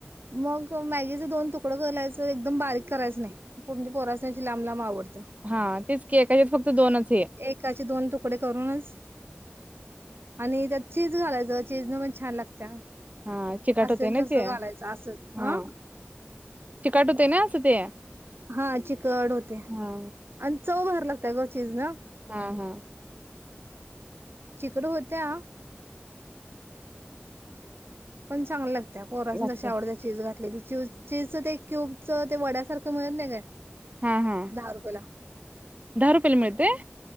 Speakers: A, on the right; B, on the right.
A: मग मॅगीच दोन तुकडं करायचं एकदम बारीक करायचं नाही म्हणजे पोरासनि अशी लांब लांब आवडत्या.
B: हा तेच केकच्या <unintelligible> फक्त दोनच आहे
A: एकाचे दोन तुकडे करूनच. आणि त्यात चीज घालायचं चीज न म छान लागत्या.
B: हा चिकाट
A: असेल
B: होते ना
A: तस
B: ते
A: घालायचं असेल
B: हा
A: आ.
B: चिकाट होते ना असं ते.
A: हा चिकड होते,
B: हा
A: आणि चव भरी लागत्या ग चीज ना
B: हा हा.
A: चिकड होत्या. पण चांगल्या लागत्या पोरासनी
B: लागते
A: जशी आवडत्या चचीज घातलेली चूज. चीजचं ते क्यूबचं ते वड्यासारखं मिळत नाही काय
B: हा हा
A: दहा रुपयेला.
B: दहा रुपयला मिळतेय.